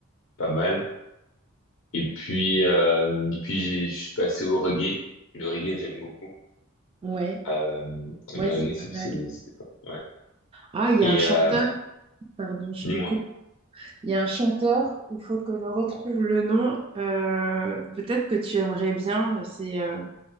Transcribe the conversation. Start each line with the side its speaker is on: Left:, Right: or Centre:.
Left: pas mal. Et puis, euh, et puis, j'ai- je suis passé au reggae. Le reggae, j'aime beaucoup.
Right: ouais,
Left: Euh,
Right: ouais,
Left: le
Right: c'est
Left: reggae,
Right: pas
Left: c'est...
Right: mal.
Left: c'est- c'est- Ouais.
Right: Ah, il y
Left: Et
Right: a un chanteur,
Left: euh,
Right: pardon, je
Left: dis-moi,
Right: te coupe. Il y a un chanteur, il faut que je retrouve le nom. euh, peut-être que tu aimerais bien. C'est, euh,